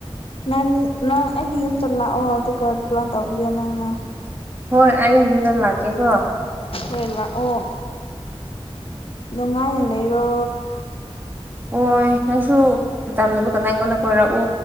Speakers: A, on the left; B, on the right.
A: ꯅꯪ ꯅꯪ ꯑꯩꯒꯤ ꯌꯨꯝꯗ ꯂꯥꯛꯑꯣ ꯑꯗꯨꯒ ꯄ꯭ꯂꯥꯟ ꯇꯧꯕꯤꯌꯣ ꯅꯪꯅ
B: ꯍꯣꯏ ꯑꯩ ꯌꯨꯝꯗ ꯂꯥꯛꯀꯦꯀꯣ
A: ꯍꯣꯏ ꯂꯥꯛꯑꯣ ꯑꯗꯨ ꯉꯥꯏꯅ ꯂꯩꯔꯣ
B: ꯍꯣꯏ ꯅꯪꯁꯨ ꯂꯨꯇꯝꯂꯩꯕ ꯀꯟꯗꯥ ꯑꯩꯉꯣꯟꯗ ꯀꯣꯏꯔꯛꯎ